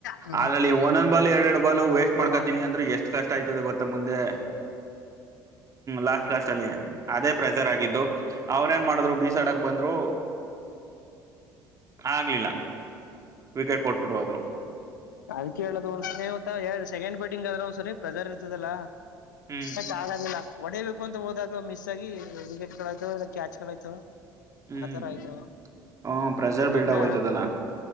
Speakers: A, on the left; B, on the right.
A: ಹ್ಮ
B: ಅದ್ರಲ್ಲಿ ಒಂದೊಂದ ಬಾಲ್ ಎರಡ್ ಎರಡು ಬಾಲು ವೇಸ್ಟ್ ಮಾಡ್ಕಾತೀನಿ
A: ಹ
B: ಅಂದ್ರೆ ಎಷ್ಟ್ ಕಷ್ಟ ಆಯ್ತದೆ ಗೊತ್ತ ಮುಂದೆ ಲಾಸ್ಟ್ ಲಾಸ್ಟ್ ಅಲ್ಲಿ ಅದೇ ಪ್ರೆಸರ್ ಆಗಿದ್ದು ಅವ್ರೇನ್ ಮಾಡಿದ್ರು ಬೀಸಾಡಕ್ ಬಂದ್ರು ಆಗ್ಲಿಲ್ಲ ವಿಕೆಟ್ ಕೊಟ್ಬಿಟ್ಟು ಹೋದ್ರು
A: ಅದ್ಕೆ‌ ಹೇಳೊದು ಒಂದ್ಸ <unintelligible> ಸೆಕೆಂಡ್ ಬ್ಯಾಟಿಂಗ್ ಆದ್ರೆ ಒಂದ್ಸರಿ ಪ್ರಜಾರ್ ಇರ್ತದಲ್ಲಾ
B: ಹ್ಮ್
A: <unintelligible> ಹೊಡೇಬೇಕು ಅಂತ ಹೋದಾಗ ಮಿಸ್ ಆಗಿ ವಿಕೆಟ್ಗಳುಾಯ್ತವ ಇಲ್ಲ ಕ್ಯಾಚ್ಗಳುಗಳಾಯ್ತಾವ
B: ಹ್ಮ್
A: ಆತರ ಆಯ್ತು
B: ಹ ಪ್ರೆಷರ್ ಬಿಲ್ಡ್
A: ನೆನ್ನ
B: ಆಗೋಯ್ತದಲ್ಲ